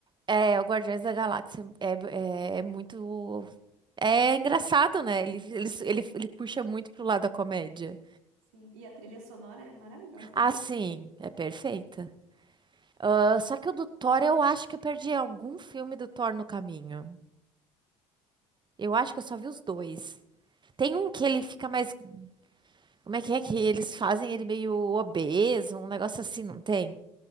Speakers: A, on the right; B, on the right.
A: É, o Guardiões da Galáxia é, é, é muito. É engraçado, né? Ele, ele, ele, ele puxa muito pro lado da comédia.
B: Sim, e a trilha sonora é maravilhosa,
A: Ah,
B: né?
A: sim, é perfeita. Ah, só que o do Thor, eu acho que eu perdi algum filme do Thor no caminho. Eu acho que eu só vi os dois. Tem um que ele fica mais. Como é que é que eles fazem ele meio obeso, um negócio assim, não tem?